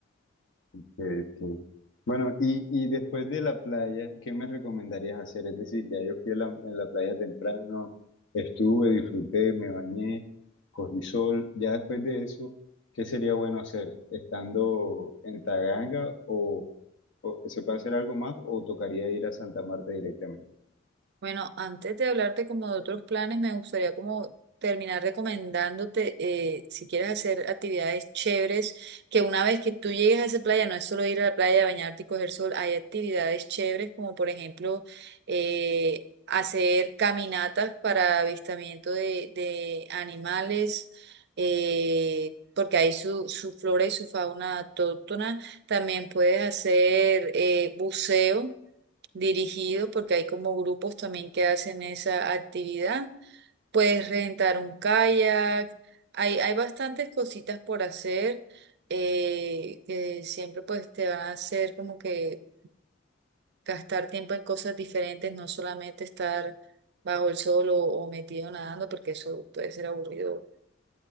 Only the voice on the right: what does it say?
Bueno, antes de hablarte como de otros planes, me gustaría como terminar recomendándote eh, si quieres hacer actividades chéveres, que una vez que tú llegues a esa playa, no es solo ir a la playa, bañarte y coger sol, hay actividades chéveres como por ejemplo eh, hacer caminatas para avistamiento de, de animales, eh, porque hay su, su flora y su fauna autóctona. También puedes hacer eh, buceo dirigido, porque hay como grupos también que hacen esa actividad. Puedes rentar un kayak, hay, hay bastantes cositas por hacer eh, que siempre pues te van a hacer como que gastar tiempo en cosas diferentes, no solamente estar bajo el sol o, o metido nadando, porque eso puede ser aburrido,